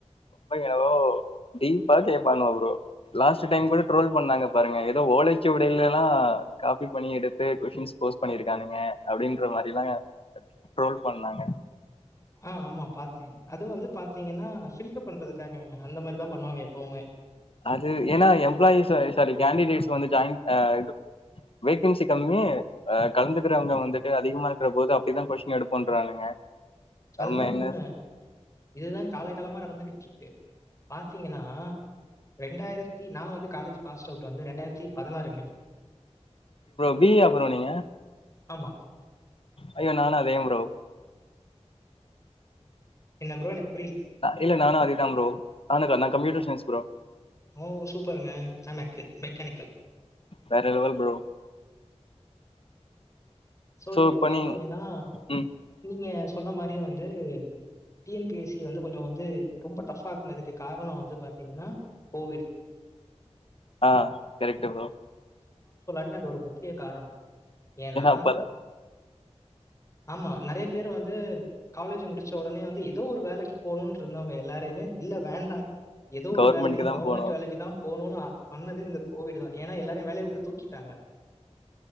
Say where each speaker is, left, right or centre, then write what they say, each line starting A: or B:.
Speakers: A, on the left (about 55°); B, on the left (about 25°).
A: ரொம்ப எனவோ டீப்பா கேப்பாங்க ப்ரோ லாஸ்டு டைம் கூட ட்ரோல் பண்ணாங்க பாருங்க ஏதோ ஓலை சுவடிலலா காபி பண்ணி எடுத்து கொஸ்ட்டின் போஸ்ட் பண்ணிருக்கானுங்க அப்படின்ற மாரிலா ட்ரோல் பண்ணாங்க
B: ஆ ஆமா பாத்தேங் அது வந்து பாத்தீங்கன்னா ஃபில்டர் பண்றதுக்காக அந்த மாரிதா பண்ணுவாங்க எப்பவுமே
A: அது ஏன்னா எம்ப்ளாயிஸ் சாரி கேண்டிடேட்ஸ் வந்து ஜாயின் இது வேகன்சி கம்மி கலந்துக்கறவங்க வந்துட்டு அதிகமா இருக்கிற போது அப்படிதா கொஸ்டின் எடுப்போன்றானுங்க நம்ம
B: அதுதா
A: என்ன
B: உண்ம இதுதா காலங்காலமா நடந்துகிட்டு இருக்கு பாத்தீங்கன்னா ரெண்டாயிரத்தி நா வந்து காலேஜ் பாஸ் அவுட் வந்து ரெண்டாயிரத்தி பதினாறுங்க
A: பீ இ ஆ புறோ நீங்க
B: ஆமா
A: ஐயோ நானா அதேம்ப்ரோ
B: என்ன ப்ரோஎனக்
A: இல்ல நானு அதேதா ப்ரோ அவனுக்கா நா கம்யூட்டர் சயின்ஸ் புரோ
B: ஓ சூப்பருங்க நா மெக் மெக்கானிக்கல்
A: வேற லெவல் ப்ரோ
B: சோ இப்போ
A: இப்ப
B: பாத்தீங்கன்னா
A: நீ ம்
B: நீங்க சொன்ன மாரியே வந்து டி என் பி எஸ்சி வந்து கொஞ்ச வந்து ரொம்ப டஃப் ஆக்குனதுக்கு காரணோ வந்து பாத்தீங்கன்னா கோவிட்
A: ஆ கரெக்ட்டு புரோ
B: க அது ஒரு பொ க்கிய காரணோ ஏன்னா
A: அப்ப
B: ஆமா நறைய பேர் வந்து காலேஜ் முடிச்ச உடனே வந்து ஏதோ ஒரு வேலைக்கு போணும்னு இருந்தவங்க எல்லாரையுமே இல்ல வேண்டா ஏதோ
A: கவர்மெண்ட்க்கு
B: ஒரு வேலைக்கு நா
A: தா
B: கவர்மெண்ட்
A: போனு
B: வேலைக்கு தா போணும்னு பண்ணதே இந்த கோவிட் தா ஏனா எல்லாரையு வேலைய விட்டு தூக்கிட்டாங்க